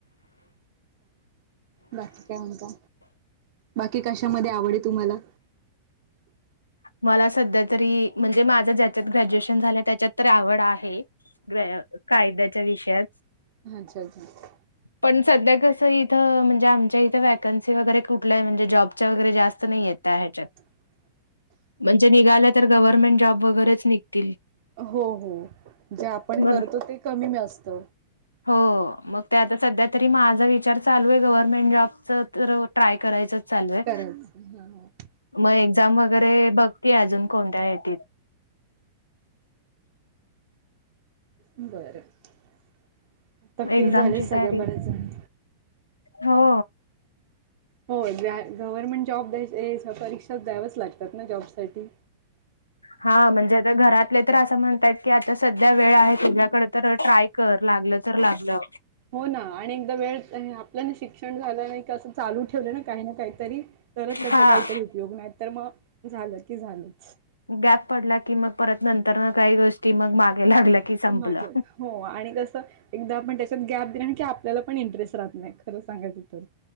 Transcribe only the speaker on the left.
मला सध्या तरी म्हणजे माझ ज्याच्यात ग्रॅज्युएशन झालं त्याच्यात तर आवड आहे. कायद्याच्या विषयात
पण सध्या कसं इथं म्हणजे आमच्या इथं व्हॅकन्सी वगैरे कुठल्या आहे म्हणजे जॉबच्या वगैरे जास्त नाही आहेत. त्या हेच्यात.
म्हणजे निघालं तर गव्हर्नमेंट जॉब वगैरेच निघतील.
बरं.
हो मग त्या आता सध्या तरी माझा विचार चालू आहे गव्हर्नमेंट जॉबच तर ट्राय करायचं. चालू आहे
मग एक्झाम वगैरे बघतीय अजून कोणत्या येतीत.
एक्झामची
तयारी
हो.
हा म्हणजे आता घरातले तर असं म्हणतात की आता सध्या वेळ आहे तुझ्याकडे तर ट्राय कर लागलं तर लागलं.
हा
गॅप पडला की मग परत नंतर ना काही गोष्टी मग मागे लागल्या की संपलं